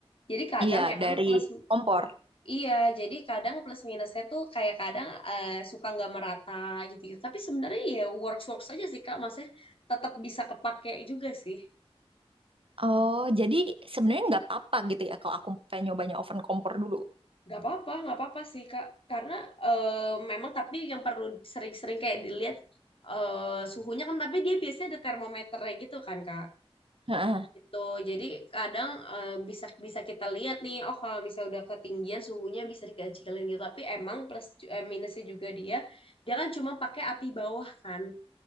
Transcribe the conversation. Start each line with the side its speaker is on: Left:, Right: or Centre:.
Left: Jadi kadang
Right: Iya,
Left: emang
Right: dari
Left: plus
Right: kompor.
Left: iya, jadi kadang plus minusnya tuh kayak kadang eh, suka nggak merata gitu-gitu. Tapi sebenarnya ya works-works aja sih Kak, maksudnya tetap bisa kepake juga sih.
Right: Oh, jadi sebenarnya nggak apa-apa gitu ya kalau aku pengen nyobanya oven kompor dulu.
Left: Gak apa-apa, nggak apa-apa sih Kak. Karena eh, memang tapi yang perlu sering-sering kayak dilihat eh, suhunya kan, tapi dia biasanya ada termometernya gitu kan Kak.
Right: Heeh.
Left: Itu jadi kadang eh, bisa bisa kita lihat nih, oh kalau misalnya udah ketinggian suhunya bisa dikecilin gitu. Tapi emang plus ju- eh, minusnya juga dia, dia kan cuma pakai api bawah kan